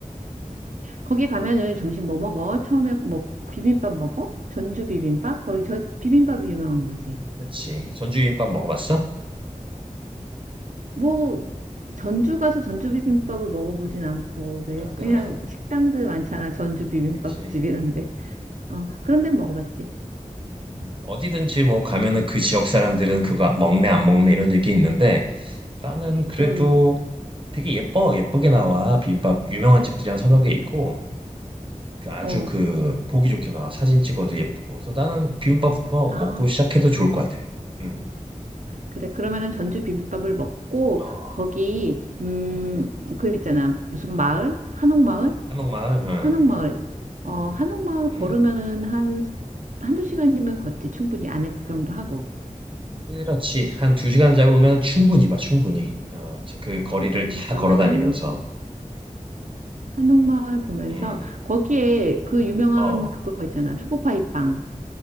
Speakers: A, on the right (about 40°); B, on the right (about 65°).
A: 음,
B: 거기 가면은 점심 뭐 먹어? 처음에 뭐 비빔밥 먹어? 전주 비빔밥? 거기 저 비빔밥이 유명한 거지.
A: 그치. 전주 비빔밥 먹어봤어?
B: 뭐 전주 가서 전주 비빔밥을 먹어보진 않고 왜
A: 아,
B: 그냥
A: 아,
B: 식당들 많잖아. 전주 비빔밥집
A: 그치.
B: 이런데. 어. 그런 데 먹어봤지.
A: 음, 어디든지 뭐 가면은 그 지역 사람들은 그거 먹네 안 먹네 이런 얘기 있는데 나는 그래도
B: 음.
A: 되게 예뻐 예쁘게 나와 비빔밥 유명한 집들이 한 서너 개 있고 그 아주
B: 어.
A: 그 보기 좋게 나와 사진 찍어도 예쁘고 그래서 나는 비빔밥부터
B: 아.
A: 먹고 시작해도 좋을 것 같아. 응.
B: 그래, 그러면은 전주 비빔밥을 먹고,
A: 어,
B: 거기, 음,
A: 응.
B: 그 있잖아. 무슨 마을? 한옥마을?
A: 한옥마을,
B: 한옥마을. 어, 한옥마을
A: 응.
B: 걸으면은
A: 응.
B: 한, 한두 시간이면 걷지. 충분히 안에 구경도 하고.
A: 그렇지. 한 두 시간 잡으면 충분히 봐, 충분히. 어, 그 거리를
B: 음,
A: 다
B: 그러면은
A: 걸어 다니면서.
B: 한옥마을 보면서,
A: 음,
B: 거기에 그 유명한
A: 어,
B: 그거 있잖아. 초코파이 빵.